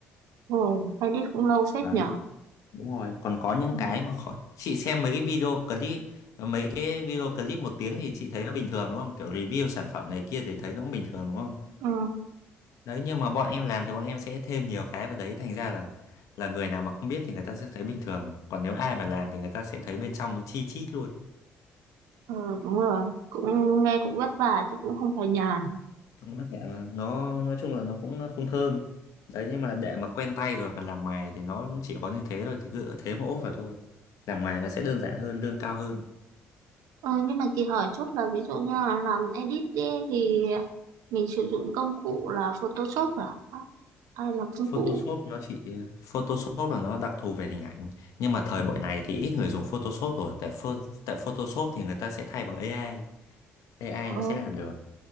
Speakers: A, on the right; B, on the left.
A: Ừ. Edit cũng lâu phết
B: đấy
A: nhở?
B: đúng rồi còn có những
A: Ừ.
B: cái mà khó chị xem mấy cái video clip mấy cái video clip một tiếng thì chị thấy nó bình thường đúng không kiểu review sản phẩm này kia thì thấy nó cũng bình thường đúng không
A: Ừ.
B: đấy nhưng mà bọn em làm thì bọn em sẽ thêm nhiều cái vào đấy thành ra là là người nào mà không biết thì người ta sẽ thấy bình thường còn nếu ai mà làm thì người ta sẽ thấy bên trong nó chi chít luôn
A: Ừ, đúng rồi. Cũng nghe cũng vất vả chứ cũng không phải nhàn.
B: Cũng vất vả mà nó nói chung là nó cũng không thơm đấy nhưng mà để mà quen tay rồi mà làm ngoài thì nó cũng chỉ có như thế thôi thì cứ thế mà ốp vào thôi làm ngoài nó sẽ đơn giản hơn lương cao hơn
A: Ờ, nhưng mà chị hỏi chút là ví dụ như là làm edit ý, thì mình sử dụng công cụ là Photoshop à? Hay là công
B: Photoshop
A: cụ
B: nó chỉ Photoshop là nó đặc thù về hình ảnh nhưng mà thời buổi này thì ít người dùng Photoshop rồi tại pho- tại Photoshop thì người ta sẽ thay bằng AI AI
A: ờ,
B: nó sẽ làm được